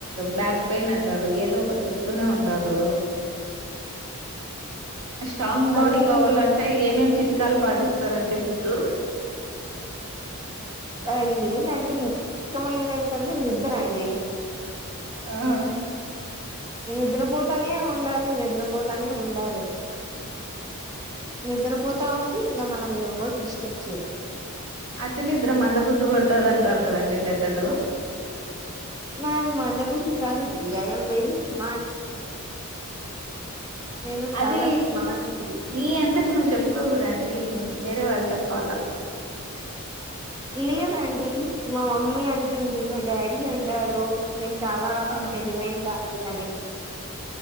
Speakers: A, on the right; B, on the right.
A: బ్యాక్ పెయిన్ అంటారు. ఏదో ఒకటి చెప్తూనే ఉంటారు. స్ట్రాంగ్ బాడీ
B: అందరూ
A: కావాల అంటే ఏమేం చిట్కాలు పాటిస్తారండి మీరు
B: ఆ ఏంటంటే ముఖ్యమైనది ఏంటంటే నిద్ర అండి.
A: ఆ అ
B: నిద్రపోతానే ఉండాలి. నిద్రపోతానే ఉండాలి. నిద్రపోతా ఉంటే ఇంగ మనం ఎవరు డిస్టర్బ్ చేయరు.
A: అతి నిద్ద్ర మంద బుద్ధి పడుతాది అంటారు కదండి పెద్దలు.
B: నాది మందబుద్ధి కాదండి. ఐ యామ్ వెరీ స్మార్ట్ నేను
A: అది
B: చాలా స్మార్ట్ అండి
A: నీ అంతకు నువ్వు చెప్పుకోకూడద అండి. వేరే వాళ్ళు చెప్పాలా.
B: లేదండి మా మమ్మీ అంటుంది. మా డాడీ అంటారు. నేను చాలా
A: హ్మ్.
B: తెలివైంది దాన్ని అని